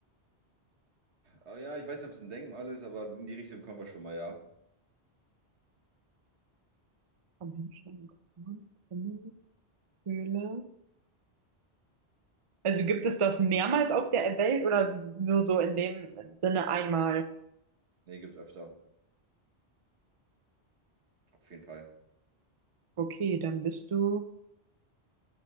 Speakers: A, on the right; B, on the right.
A: Ah, ja, ich weiß nicht, ob es ein Denkmal ist, aber in die Richtung kommen wir schon mal, ja.
B: Von Menschenhand geformt, Tunnel, Höhle. Also gibt es das mehrmals auf der Welt oder nur so in dem Sinne einmal?
A: Nee, gibt's öfter. Auf jeden Fall.
B: Okay, dann bist du